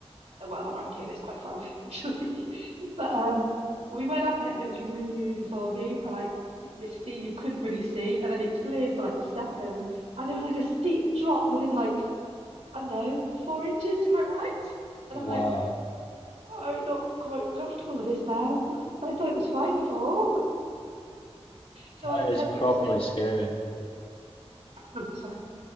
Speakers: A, on the right; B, on the left.
A: well, not around here, it's quite far away actually. <laughs> But um we went up it and it was really foggy and like misty, you couldn't really see. And then it cleared for like a second and there was like a steep drop within like, I don't know, four inches to my right. And
B: Wow.
A: I'm like, oh, I'm not quite comfortable with this now. <laughs> I thought it was fine before. <laughs> So
B: That
A: I totally
B: is properly
A: respect.
B: scary.
A: Oh, sorry.